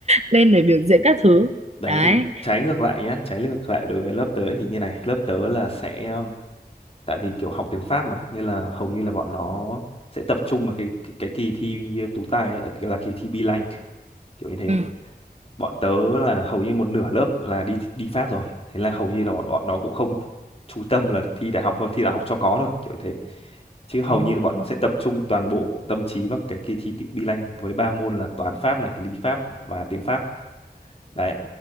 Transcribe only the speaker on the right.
lên để biểu diễn các thứ
đấy
ừ.
Ồ.